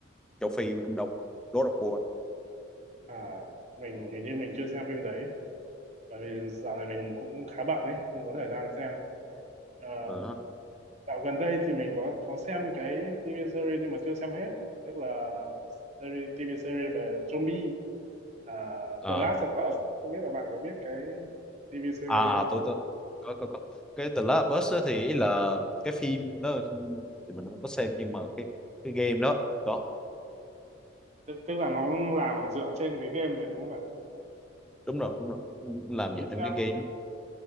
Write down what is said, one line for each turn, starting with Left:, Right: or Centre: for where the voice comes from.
Centre: châu Phi và Trung Đông Lord of War
Right: À, mình hình như mình chưa xem phim đấy bởi vì dạo này mình cũng khá bận ấy không có thời gian xem Ờ,
Centre: Ờ.
Right: dạo gần đây thì mình có có xem cái TV series nhưng mà chưa xem hết tức là series, TV series về zombie à,
Centre: Ờ.
Right: The Last of Us không biết là bạn có biết cái TV series
Centre: à
Right: đấy không
Centre: à, tôi, tôi có có có cái The Last of Us á thì ý là cái phim đó không- thì mình không có xem nhưng mà cái cái game đó có
Right: tức, tức là nó làm dựa trên cái game đấy đúng không bạn
Centre: đúng rồi đúng rồi làm
Right: mình
Centre: dựa
Right: xem
Centre: trong cái game đó.